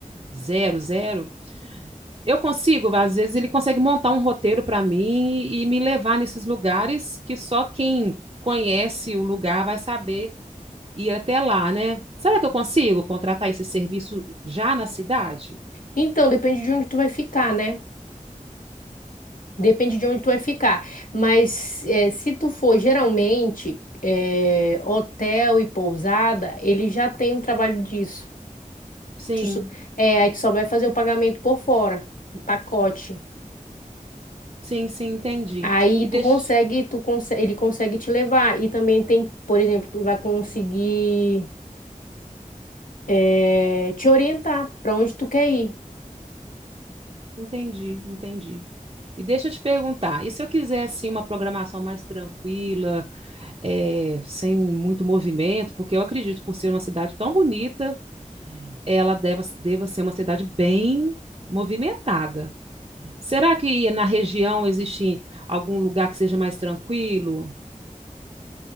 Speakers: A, on the right (about 40°); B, on the left (about 80°).
A: zero, zero, eu consigo, às vezes ele consegue montar um roteiro para mim e me levar nesses lugares que só quem conhece o lugar vai saber ir até lá, né? Será que eu consigo contratar esse serviço já na cidade?
B: Então, depende de onde tu vai ficar, né? Depende de onde tu vai ficar. Mas eh, se tu for geralmente eh, hotel e pousada, ele já tem um trabalho disso.
A: Sim,
B: Tu, só- é, aí tu só vai fazer o pagamento por fora, o pacote.
A: sim, sim, entendi.
B: Aí
A: E
B: tu
A: deixa
B: consegue, tu conse- ele consegue te levar. E também tem, por exemplo, tu vai conseguir eh, te orientar para onde tu quer ir.
A: Entendi, entendi. E deixa eu te perguntar, e se eu quiser assim uma programação mais tranquila, eh, sem muito movimento, porque eu acredito por ser uma cidade tão bonita, ela deva, deva ser uma cidade bem movimentada. Será que na região existe algum lugar que seja mais tranquilo